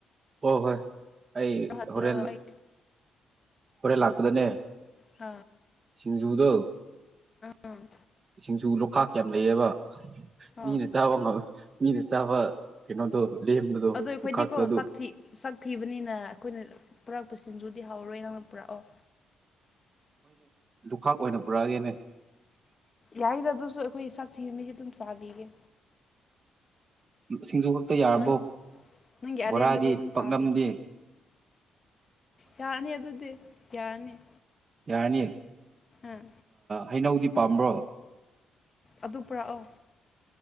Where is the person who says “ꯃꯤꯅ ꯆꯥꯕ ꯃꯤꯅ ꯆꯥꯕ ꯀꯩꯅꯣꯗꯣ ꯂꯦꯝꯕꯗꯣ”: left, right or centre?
Right